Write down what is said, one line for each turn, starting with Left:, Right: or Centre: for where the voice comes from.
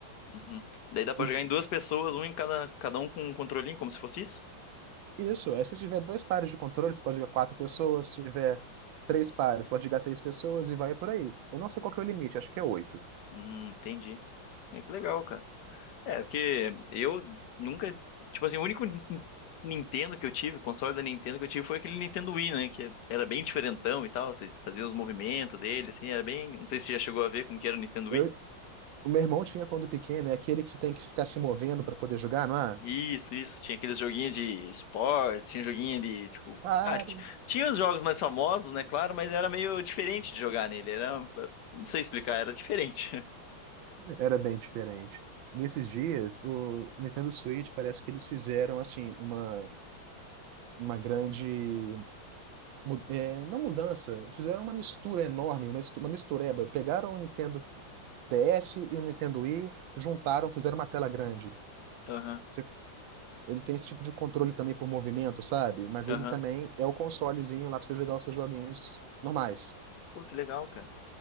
Left: uhum. Daí dá pra
Right: E
Left: jogar em duas pessoas, um em cada, cada um com um controlinho, como se fosse isso?
Right: isso, aí se tiver dois pares de controles, você pode jogar quatro pessoas. Se tiver três pares, pode jogar seis pessoas e vai por aí. Eu não sei qual que é o limite, acho que é oito.
Left: Hum, entendi. É que legal, cara. É, porque eu nunca, tipo assim, o único Nin- Nintendo que eu tive, console da Nintendo que eu tive foi aquele Nintendo Wii, né? Que era bem diferentão e tal, você fazia os movimentos dele, assim, era bem, não sei se você já chegou a ver como que era o Nintendo
Right: Eu-
Left: Wii.
Right: o meu irmão tinha quando pequeno, é aquele que você tem que ficar se movendo para poder jogar, não é?
Left: Isso, isso. Tinha aqueles joguinhos de esportes, tinha joguinho de, tipo...
Right: Ah,
Left: Ah, ti- tinha os jogos mais famosos, né, claro, mas era meio diferente de jogar nele. Era... Não sei explicar, era diferente. <laughs>
Right: Era bem diferente. Nesses dias, o Nintendo Switch parece que eles fizeram assim uma uma grande mu- é, não mudança, fizeram uma mistura enorme, uma mistu- uma mistureba. Pegaram o Nintendo DS e o Nintendo Wii, juntaram, fizeram uma tela grande.
Left: Aham,
Right: Você- Ele tem esse tipo de controle também por movimento, sabe? Mas
Left: aham.
Right: ele também é o consolezinho lá pra você jogar os seus joguinhos normais.
Left: Pô, que legal, cara.